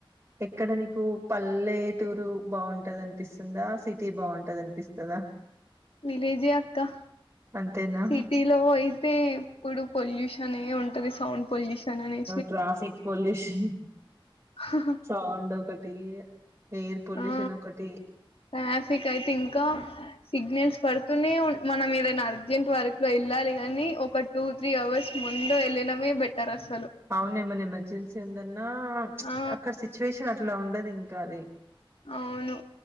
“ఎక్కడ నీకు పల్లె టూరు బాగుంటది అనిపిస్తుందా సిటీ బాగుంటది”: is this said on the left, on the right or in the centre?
Right